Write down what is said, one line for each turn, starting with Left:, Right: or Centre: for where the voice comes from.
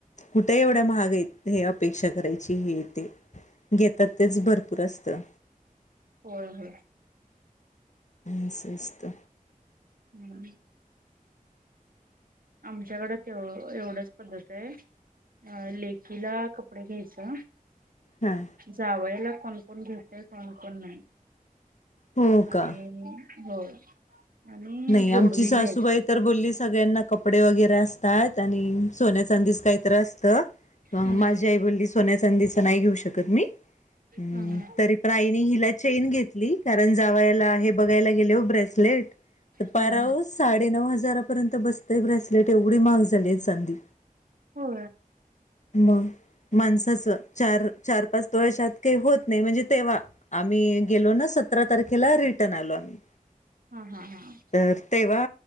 Left: कुठे एवढा महाग य हे अपेक्षा करायची हे येते घेतात तेच भरपूर असतं.
Right: होय होय.
Left: आणि स्वस्त
Right: हम्म. आमच्याकडे तेव एवढच पद्धत आहे अ लेखिला क कढे घ्यायच
Left: हा
Right: जावं याला कोणकण घेत कोणकण नाही
Left: हो
Right: आणि
Left: का
Right: हो आणि
Left: नाही
Right: जोडवी
Left: आमची सासूबाई
Right: घ्यायचं
Left: तर बोलली सगळ्यांना कप कपडे वगैरे असतात आणि सोन्याचांदीस काही त माझ्या
Right: हा हा
Left: आई ब सोन्या चांंदीच नाही घेऊ शकत मी हम्म
Right: हा हा
Left: तरी प्राईनी हिला चेन घेतली कारण जाव याला हे बघायला गेले हो ब्रेसलेट
Right: हा
Left: पारा
Right: हा
Left: साडे नऊ हजार ारपर्यंत बसतय ब्रेसलेट एवढी महाग झाली चांध
Right: हो
Left: मग माणसाच चार चार पाच तोळ्याच्यात काही होत नाही म्हणजे तेव्हा आम्ही गेलो ना सतरा तारखेला रिटर्न आलो आम्ही
Right: हा हा हा
Left: तर तेव्हा